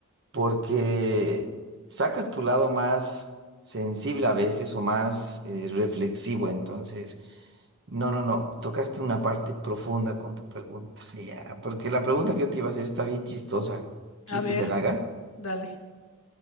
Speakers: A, on the right; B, on the left.
A: porque sacas tu lado más sensible a veces o más eh, reflexivo. Entonces, no, no, no, tocaste una parte profunda con tu pregunta. <laughs> Ya, porque la pregunta que yo te iba a hacer está bien chistosa.
B: A
A: ¿Quieres
B: ver,
A: que te la haga?
B: dale.